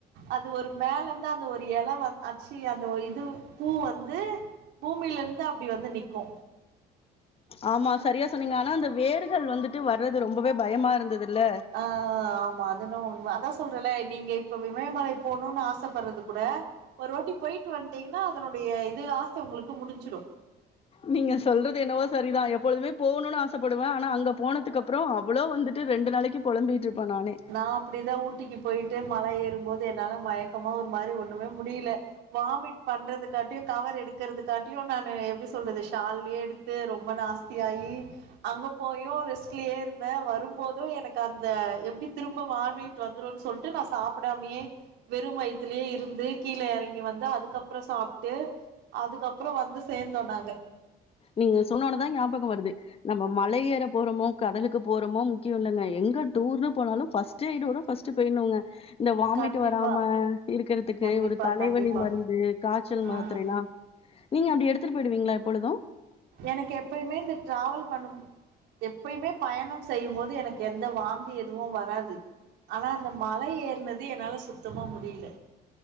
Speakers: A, on the right (about 85°); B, on the left (about 35°).
A: அது ஒரு மேலர்ருந்து அந்த ஒரு இல வந் ஆச்சி அந்த ஒர் இது பூ வந்து பூமியிலிருந்து அப்டி வந்து நிக்கு
B: ஆமா செரியா சொன்னீங்க ஆனா அந்த வேருகள் வந்துட்டு வர்றது ரொம்பவே பயமா இருந்ததுல்ல
A: ஆ ஆமா அதென்னவோ உண்ம அதா சொல்றல நீங்க இப்ப விமயமலை போணுன் ஆசப்படுறது கூட ஒரு வாட்டி போயிட்டு வன்ட்டீங்கனா அதனுடைய இது ஆச உங்களுக்கு முடிஞ்சிடு
B: நீங்க சொல்றது என்னவோ செரி தா எப்பொழுதுமே போணுன் ஆசைப்படுவே ஆனா அங்க போனதுக்கப்புறோ அவ்ளோ வந்துட்டு ரெண்டு நாளைக்கு பொளம்பிட்டிருப்ப நானே
A: நா அப்டி தா ஊட்டிக்கு போய்ட்டு மழ ஏறும்போது என்னால மயக்கமா ஒரு மாரி ஒண்ணுமே முடியில வாமிட் பண்றதுக்காட்டியு கவர் எடுக்கறதுக்காட்டியு நானு எப்டி சொல்றது ஷால்லயே எடுத் து ரொம்ப நாஸ்தியாயி அங்க போயு ரெஸ்ட்லியே இருந்தே வரும் போது எனக்கு அந்த எப்டி திரும்ப வாமிட் வந்துருன் சொல்லிட்டு நா சாப்டாமியே வெறும் வயித்துலயே இருந்து கீழ எறங்கி வந்து அதுக்கப்புறோ சாப்ட்டு அதுக்கப்புறோ வந்து சேந்தோ நாங்க
B: நீங்க சொன்னோனதா ஞாபகோ வருது நாம மல ஏற போறோமோ கடலுக்கு போறோமோ முக்கியோ இல்லேங்க எங்க டூர்ன்னு போனாலு ஃபர்ஸ் ட்டு <unintelligible> ஃபர்ஸ்ட்டு போய்ட்னூங்க இந்த வாமிட்
A: கண்டிப்பா
B: வராம இருக்கறதுக்கு
A: கண்டிப்பா
B: ஒரு தலைவலி
A: கண்டிப்பா
B: மருந்து காச்சல் மாத்தரேலா
A: ம்
B: நீங்க அப்டி எடுத்துட்டு போய்டுவீங்களா எப்பொழுது
A: எனக்கு எப்பைமே இந்த டிராவல் பண்ணு எப்பைமே பயணம் செய்யும் போது எனக்கு எந்த வாந்தி எதுவு வ ராது ஆனா அந்த மல ஏற்னது என்னால சுத்தமா முடில